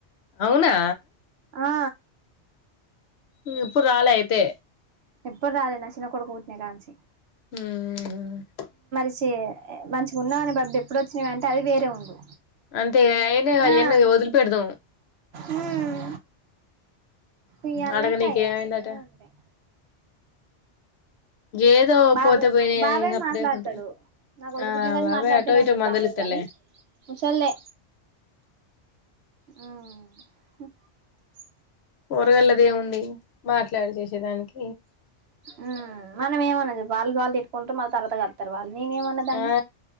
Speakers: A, on the left; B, on the right.
A: అవునా
B: ఆ
A: అమ్ ఇప్పుడు రాల అయితే
B: ఎప్పుడు రాలే నా చిన్న కొడుకు పుట్టిన కాడ నుంచి
A: హమ్ ఆమ్
B: మంచిగా మంచిగా ఉన్నావని డబ్బు ఎప్పుడు వచ్చినావి అంటే అది వేరే ఉండు
A: అంతే అయనే అయన్ని
B: ఆ
A: వదిలి పెడదాం
B: ఉమ్ ఉయ్యాలా
A: అడగ
B: లేవు
A: నీకేమైందట
B: కయ్యాలు లేవు ఏముంటాయి
A: ఏదో
B: బాబాయ్
A: పోతే పోయినాయి
B: బాబాయి
A: అని సప్పుడేకుంటా
B: మాట్లాడతడు నా కొడుకు
A: ఆ
B: పుట్టిన కానీ
A: బాబాయ్
B: మాట్లాడుతనే
A: అటో ఇటో
B: ఉన్నాడు
A: మందలిత్తలే
B: బాబాయ్ గాని ముసల్ధే మ్.. -
A: పోరగాల్లదేముంది మాట్లాడి చేసేదానికి
B: ఆమ్ మనం ఏమన్నాం చెప్పు వాళ్ళది వాళ్ళే ఉంటూ మా తర్వాత కడతారు వాల్ నేనేమన్న దాన్ని
A: ఆ